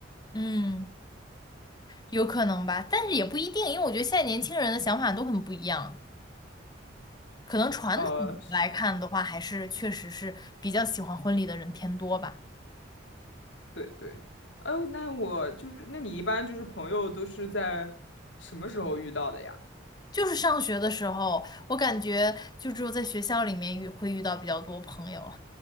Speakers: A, on the left; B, on the left.
A: 嗯。有可能吧，但是也不一定，因为我觉得现在年轻人的想法都很不一样。可能传统来看的话，
B: 呃，是，
A: 还是确实是比较喜欢婚礼的人偏多吧。
B: 对对。哦，那我就是，那你一般就是朋友都是在什么时候遇到的呀？
A: 就是上学的时候，我感觉就只有在学校里面遇会遇到比较多朋友，